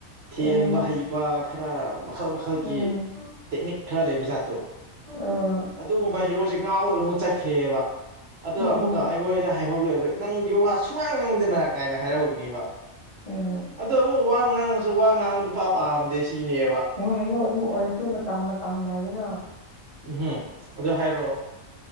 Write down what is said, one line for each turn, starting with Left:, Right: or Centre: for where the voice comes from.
Right: ꯊꯦꯝꯕ
Left: ꯎꯝ
Right: ꯍꯩꯕ ꯈꯔ ꯃꯈꯜ ꯃꯈꯜꯒꯤ
Left: ꯎꯝ
Right: ꯇꯦꯛꯅꯤꯛ ꯈꯔ ꯂꯩꯕ ꯖꯥꯠꯇꯣ
Left: ꯑꯣ
Right: ꯑꯗꯨꯒꯨꯝꯕ ꯍꯤꯔꯣꯁꯦ ꯉꯥꯎꯔꯒ ꯑꯃꯨꯛ ꯆꯠꯈ꯭ꯔꯦꯕ ꯑꯗꯣ
Left: ꯎꯝ
Right: ꯑꯃꯨꯛꯀ ꯑꯩꯈꯣꯏꯗ ꯍꯥꯏꯍꯧꯒꯦ ꯅꯪꯒꯤ ꯋꯥ ꯁꯨꯃꯥꯡ ꯉꯥꯡꯗꯅ ꯀꯥꯏꯅ ꯍꯥꯏꯔꯛꯍꯧꯒꯅꯦꯕ
Left: ꯎꯝ
Right: ꯑꯗꯣ ꯑꯃꯨꯛ ꯋꯥ ꯉꯥꯡꯉꯁꯨ ꯋꯥ ꯉꯥꯡꯕ ꯅꯨꯄꯥ ꯄꯥꯝꯗꯦ ꯁꯤꯅꯦꯕ
Left: ꯅꯨꯡꯉꯥꯏꯌꯣ ꯑꯗꯨ ꯑꯣꯏꯔꯁꯨ ꯃꯇꯝ ꯃ ꯇꯝ ꯅꯏꯩꯅ
Right: ꯎꯝꯍꯨꯝ ꯑꯗꯨ ꯍꯥꯏꯔꯣ